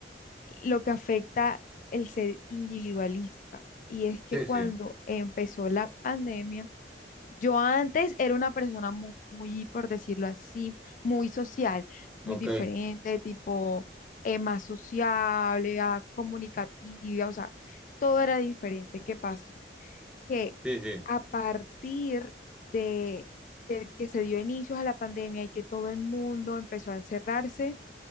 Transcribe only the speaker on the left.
lo que afecta el ser individualista. Y es que
cuando
empezó la pandemia, yo antes era una persona mu- muy, por decirlo así, muy social, muy
diferente, tipo eh, más sociable, ah, comunicativa, o sea, todo era diferente. ¿Qué pasa? que
a partir de, de que se dio inicio a la pandemia y que todo el mundo empezó a encerrarse,